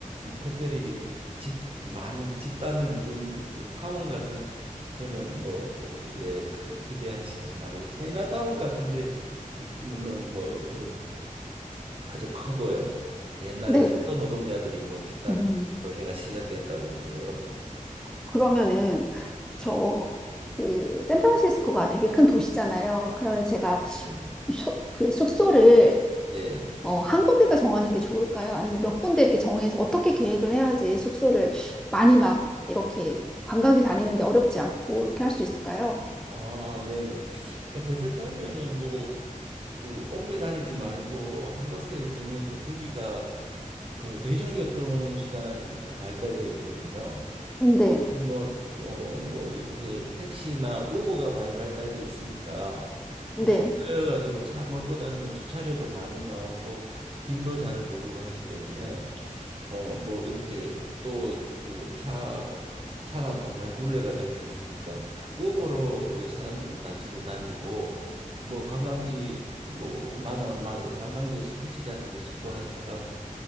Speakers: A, on the right; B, in the centre.
A: 특별히 이렇게 집 많이 집단을 이룬 그 타운 같은 거는 뭐 예, 크게 기대하시지 말고 차이나타운 같은데 는 뭐 그런 아주 크고요. 옛날에
B: 네.
A: 철도 노동자들이 뭐 집단으로
B: 음,
A: 해가 시작됐다고 그래요.
B: 그러면은 저 그 샌프란시스코가 되게 큰 도시잖아요. 그러면 제가
A: 네.
B: 쇼- 그 숙소를
A: 네.
B: 어, 한 군데다 정하는 게 좋을까요? 아니면 몇 군데 이렇게 정해서 어떻게 계획을 해야지 숙소를 많이 막 이렇게 관광지 다니는데 어렵지 않고 이렇게 할 수 있을까요?
A: 아, 네네. 어, 제 생각에는 뭐 그 옮겨 다니지 말고 한 곳에 정해도 거기가 그 대중교통 수단이 다 발달돼 있거든요.
B: 네,
A: 뭐, 어, 뭐 이렇게 택시나 우버가 많이 발달돼 있으니까
B: 네.
A: 그 힘들어 가지고 차 몰고 다니면 주차료도 많이 나오고 길도 잘 모르고 하기 때문에 어, 뭐 이렇게 또 그 차, 차가 또 하나의 굴레가 될 수 있으니까 우버로 사람들이 다 주로 다니고 뭐 관광지 뭐 마다 마, 관광지에서 택시 잡기도 쉽고 하니까